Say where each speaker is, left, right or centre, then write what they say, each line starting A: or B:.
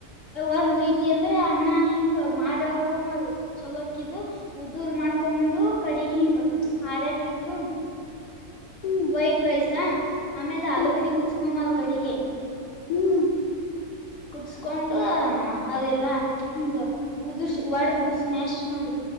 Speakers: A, on the left; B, on the left.
A: ಒಂದ್ ರೀತಿ ಅಂದ್ರೆ ಅನ್ನ ಹಿಂಗ ಮಾಡಕೊಂಬ ಚಲೋಕಿದ್ದು ಉದುೂರ್ ಮಾಡ್ಕ ಕೊಂಡು ಕಡಗ ಹಿಂಗ ಹರಾಕಿ ಇಟ್ಟು
B: ಹ್ಮ್
A: ವೈಟ್ ರೈಸಾ ಆಮೇಲೆ ಆಲೂಗಡೆ
B: ಹ್ಮ್
A: ಕುಚ್ಕೊಂಬಲ್ ಕಡಗೆ
B: ಹ್ಮ್
A: ಕುದಸ್ಕೊಂಡು ಅವೆಲ್ಲಾ ಹಿಂಗ ಉದುರ್ ಒಡದು ಸ್ಮ್ಯಾಶ್ ಮಾಡಿ